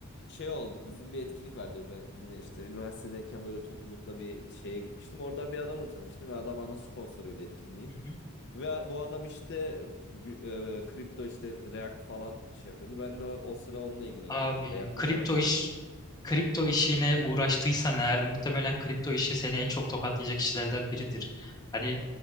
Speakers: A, on the left (about 55°); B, on the left (about 20°).
A: şey oldu bizim bir etkinlik vardı. Ben yine işte üniversitedeyken böyle toplulukla bir şeye gitmiştim. Oradan bir adamla tanıştım ve adam ana sponsoruydu etkinliğin.
B: Hı hı.
A: Ve bu adam işte bir- e, kripto işte React falan şey yapıyordu. Ben de o, o sıra onunla ilgileniyorum.
B: Abi
A: Hani React'la
B: kripto
A: falan ilgileniyorum.
B: iş kripto işine uğraştıysan eğer muhtemelen kripto işi seni en çok tokatlayacak işlerden biridir. Hani